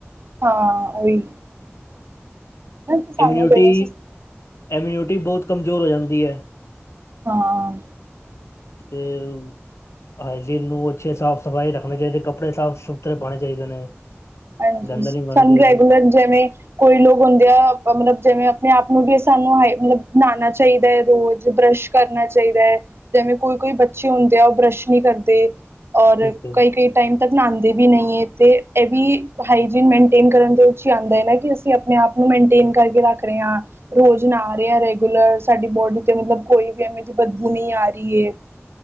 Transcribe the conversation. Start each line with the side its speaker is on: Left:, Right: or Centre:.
Right: ਹਾਂ, ਉਹੀ ਤੇ ਸਾਨੂੰ
Left: ਇਮਿਊਨਿਟੀ,
Right: ਚਾਹੀਦਾ ਸੀ
Left: ਇਮਿਊਨਿਟੀ, ਬਹੁਤ ਕਮਜ਼ੋਰ ਹੋ ਜਾਂਦੀ ਹੈ।
Right: ਹਾਂ
Left: <inaudible> ਹਾਈਜੀਨ ਨੂੰ ਅੱਛੇ ਸਾਫ਼ ਸਫ਼ਾਈ ਰੱਖਣੇ ਚਾਹੀਦੇ, ਕੱਪੜੇ ਸਾਫ਼ ਸੁਥਰੇ ਪਾਉਣੇ ਚਾਹੀਦੇ ਨੇ
Right: ਹਾਂਜੀ,
Left: ਗੰਦੇ ਨਹੀਂ ਪਾਉਣੇ
Right: ਸਾਨੂੰ
Left: ਚਾਹੀਦੇ
Right: ਰੈਗੂਲਰ ਜਿਵੇਂ ਕੋਈ ਲੋਕ ਹੁੰਦੇ ਆ, ਮਤਲਬ ਜਿਵੇਂ ਆਪਣੇ ਆਪ ਨੂੰ ਵੀ ਸਾਨੂੰ ਹ ਮਤਲਬ ਨਹਾਉਣਾ ਚਾਹੀਦਾ ਹੈ, ਰੋਜ਼ ਬਰੱਸ਼ ਕਰਨਾ ਚਾਹੀਦਾ ਹੈ, ਜਿਵੇਂ, ਕੋਈ -ਕੋਈ ਬੱਚੇ ਹੁੰਦੇ ਆ, ਉਹ ਬਰੱਸ਼ ਨਹੀਂੀ ਕਰਦੇ। ਔਰ,
Left: ਬਿਲਕੁਲ
Right: ਕਈ- ਕਈ ਟਾਈਮ ਤੱਕ ਨਹਾਉਂਦੇ ਵੀ ਨਹੀਂ ਹੈ, ਤੇ ਇਹ ਵੀ ਹਾਈ ਜਿਨ ਮੇਨਟੇਨ ਕਰਨ ਦੇ ਵਿਚ ਹੀ ਆਉਂਦਾ ਨਾ, ਕਿ, ਅਸੀਂ ਆਪਣੇ ਆਪ ਨੂੰ ਮੇਨਟੇਨ ਕਰਕੇ ਰੱਖ ਰਹੇ ਹਾਂ। ਰੋਜ਼ ਨਾ ਰਿਹਾ ਰੈਗੂਲਰ, ਸਾਡੀ ਬੋਡੀ ਤੇ ਮਤਲਬ ਕੋਈ ਵੀਵੇਂ ਦੀ ਬਦਬੂ ਨਹੀਂ ਆ ਰਹੀ ਹੈ,